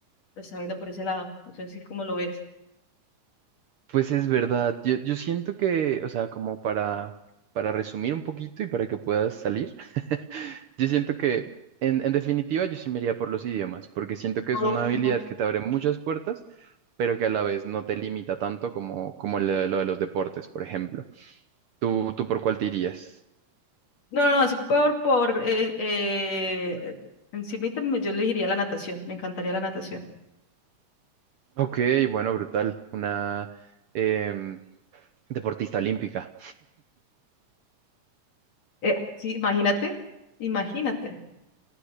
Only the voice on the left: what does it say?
Lo está viendo por ese lado. No sé si cómo lo ves.
No,
no.
No, no, no, sí por, por eh, eh, encimita me- yo le diría la natación, me encantaría la natación.
Eh, sí, imagínate, imagínate.